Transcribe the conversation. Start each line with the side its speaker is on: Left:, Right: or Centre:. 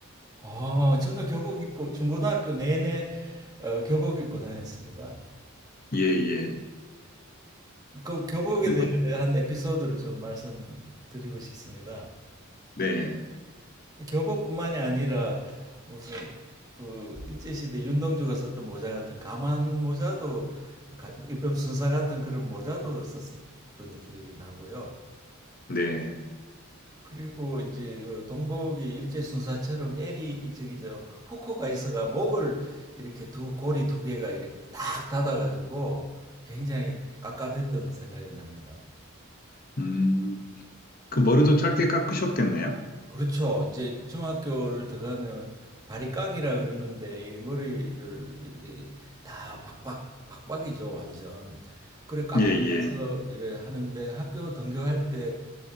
Right: 아, 저는 교복 입고 중고등학교 내내 어, 교복 입고 다녔습니다.
Left: 예, 예.
Right: 그 교복에
Left: 그리고,
Right: 대한 에피소드를 좀 말씀드리고 싶습니다.
Left: 네,
Right: 교복뿐만이 아니라 무슨 그 일제시대 윤동주가 썼던 모자 같은 까만 모자도 가- 일병 순사 같은 그런 모자도 썼었던 기억이 나고요.
Left: 네.
Right: 그리고 이제 그 동복이 일제 순사처럼 L이 저기 저 후코가 있어가 목을 이렇게 두 고리 두 개가 이렇게 딱 닫아가지고 굉장히 깝깝했던 생각이 납니다.
Left: 음, 그 머리도 짧게 깎으셨겠네요.
Right: 그렇죠. 이제 중학교를 들어가면 바리깡이라 그러는데 이 머리를 이렇게 다 박박 박박이죠, 완전. 그래 깎고
Left: 예, 예.
Right: 나서 이래 하는데 학교 등교할 때